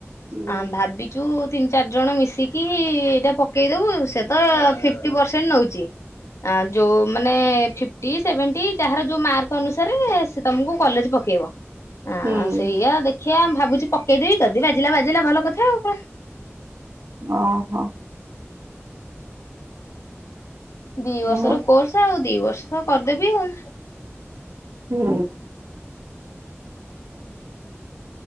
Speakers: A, on the right; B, on the left.
A: ହୁଁ
B: ହଁ ଭାବିଛୁ। ତିନି ଚାରି ଜଣ ମିଶିକି ଏଇଟା ପକେଇଦବୁ ସେ ତ ଫିଫ୍ଟି ପରସେଣ୍ଟ ନଉଛି। ଆ ଯୋଉମାନେ ଫିଫ୍ଟି ସେଭେଣ୍ଟି ଯାହାର ଯୋଉ ମାର୍କ ଅନୁସାରେ ସେ ତମକୁ କଲେଜ ପକେଇବ
A: ହୁଁ
B: ସେଇୟା ଆଖିଆ ଭାବୁଛି ପକେଇଦେବି ଯଦି ବାଜିଲା ବାଜିଲା ଭଲ କଥା ଆଉ କଣ?
A: ଅହୋ।
B: ଦି ବର୍ଷର
A: ହଉ
B: କୋର୍ସ ଆଉ ଦିବର୍ଷ ତ କରିଦେବି ଆଉ।
A: ହୁଁ।